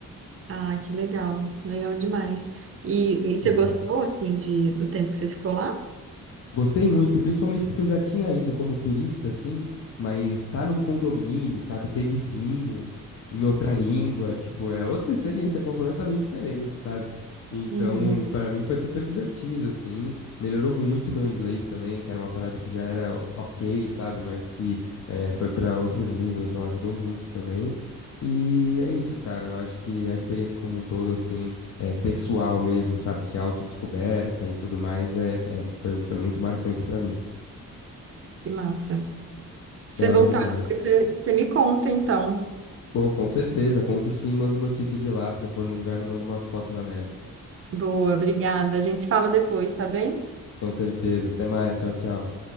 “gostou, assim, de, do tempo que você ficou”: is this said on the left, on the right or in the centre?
Right